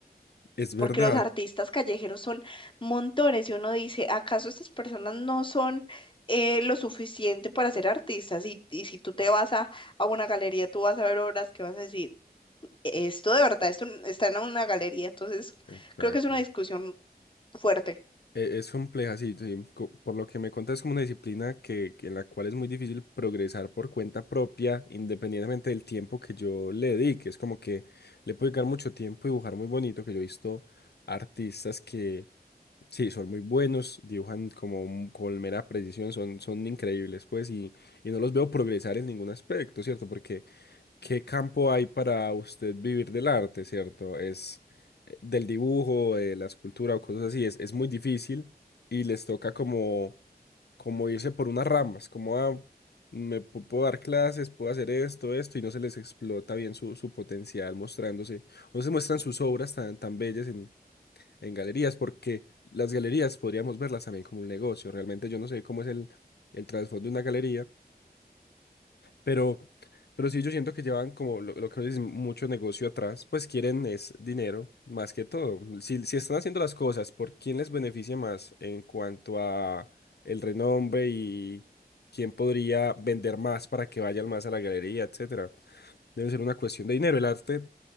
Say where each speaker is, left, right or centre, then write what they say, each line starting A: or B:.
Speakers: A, on the left; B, on the left.
A: Es verdad.
B: porque los artistas callejeros son montones y uno dice, ¿acaso estas personas no son eh, lo suficiente para ser artistas? Y, y si tú te vas a, a una galería, tú vas a ver obras que vas a decir, esto de verdad, esto n- está en una galería, entonces
A: Exacto.
B: creo que es una discusión fuerte.
A: e- Es compleja, sí, sí, co- Por lo que me cuentas, es como una disciplina que, que en la cual es muy difícil progresar por cuenta propia, independientemente del tiempo que yo le dedique. Es como que le puedo dedicar mucho tiempo y dibujar muy bonito, que yo he visto artistas que, sí, son muy buenos, dibujan como un- con mera precisión, son, son increíbles, pues, y, y no los veo progresar en ningún aspecto, ¿cierto? Porque ¿Qué campo hay para usted vivir del arte, cierto? Es eh, del dibujo, de la escultura o cosas así. Es, es muy difícil y les toca como, como irse por unas ramas, como "Ah, me pu- puedo dar clases, puedo hacer esto, esto, y no se les explota bien su, su potencial mostrándose. O se muestran sus obras tan, tan bellas en, en galerías, porque las galerías podríamos verlas también como un negocio. Realmente yo no sé cómo es el, el trasfondo de una galería pero, pero sí, yo siento que llevan como lo, lo que dicen mucho negocio atrás, pues quieren es dinero más que todo. Si, si están haciendo las cosas, ¿por quién les beneficia más en cuanto a el renombre y quién podría vender más para que vayan más a la galería, etcétera? Debe ser una cuestión de dinero. El arte